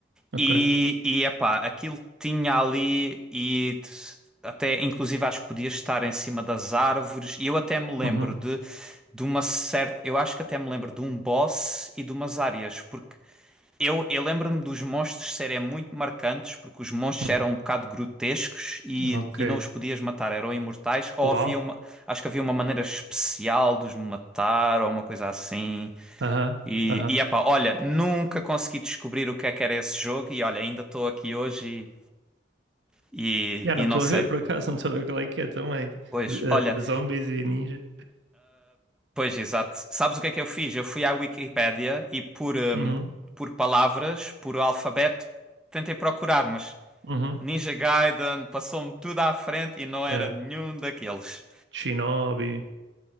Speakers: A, on the right (about 75°); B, in the centre.
A: ok.
B: E, e epá, aquilo tinha ali e t- até inclusive acho que podias estar em cima das árvores. E eu até me lembro
A: Uhum,
B: de, de uma certa. Eu acho que até me lembro de um boss e de umas áreas, porque eu, eu lembro-me dos monstros serem muito marcantes, porque os monstros
A: uhum,
B: eram um bocado grotescos e,
A: ok.
B: e não os podias matar, eram imortais, ou
A: Uau.
B: havia uma, acho que havia uma maneira especial de os matar, ou uma coisa assim.
A: Aham,
B: E,
A: aham.
B: e epá, olha, nunca consegui descobrir o que é que era esse jogo, e olha, ainda estou aqui hoje e,
A: Já não
B: e, e
A: estou
B: não sei.
A: a ver, por acaso, não estou a ver qual é que é também.
B: Pois,
A: Z-
B: olha,
A: eh, zombies e ninja.
B: pois exato. Sabes o que é que eu fiz? Eu fui à Wikipédia e por, hum,
A: Uhum,
B: por palavras, por alfabeto, tentei procurar, mas.
A: uhum,
B: Ninja Gaiden passou-me tudo à frente e não
A: yeah.
B: era nenhum daqueles.
A: Shinobi,